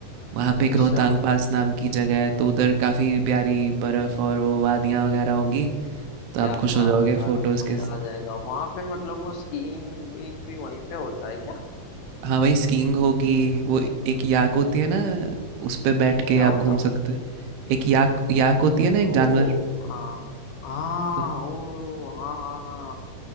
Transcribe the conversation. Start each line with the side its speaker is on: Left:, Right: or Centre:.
Right: वहाँ पे
Left: अच्छा
Right: एक रोहतांग पास नाम की जगह है तो उधर काफ़ी प्यारी बर्फ़ और वो वादियाँ वगैरह होंगी तो
Left: क्या
Right: आप खुश
Left: बात
Right: हो जाओगे
Left: है यार
Right: फोटोज़
Left: मजा
Right: के
Left: आ जाएगा वहां पे मतलब वो स्कीइंग विंग भी वहीं पे होता है क्या
Right: हाँ भाई स्कीइंग होगी वो एक याक होती है ना उस पे बैठ के
Left: क्या होता
Right: आप घूम
Left: है
Right: सकते हो एक याक याक होती है ना एक
Left: ओ
Right: जानवर
Left: हाँ हाँ
Right: तो-
Left: ओ हाँ हाँ हाँ